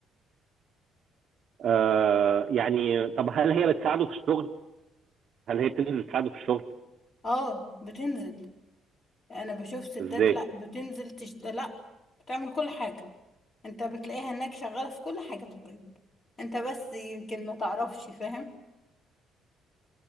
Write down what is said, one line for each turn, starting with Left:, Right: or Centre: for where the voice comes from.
Right: آه يعني طب هل هي بتساعده في الشغل هل هي بتنزل تساعده في الشغل؟
Left: اه بتنزل انا بشوف ستات
Right: ازاي؟
Left: لا بتنزل تشت... لا بتعمل كل حاجة انت بتلاقيها انك شغالة في كل حاجة تقريبا انت بس يمكن ما تعرفش فاهم